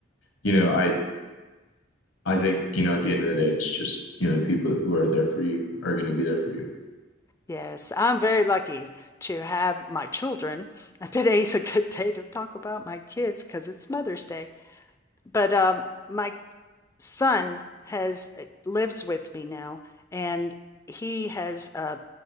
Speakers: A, on the left; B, on the left.
A: you know, I, I think, you know, at the end of the day, it's just, you know, the people who are there for you are going to be there for you.
B: yes, I'm very lucky to have my children. <laughs> Today's a good day to talk about my kids because it's Mother's Day. but um, my son has uh, lives with me now, and he has uh,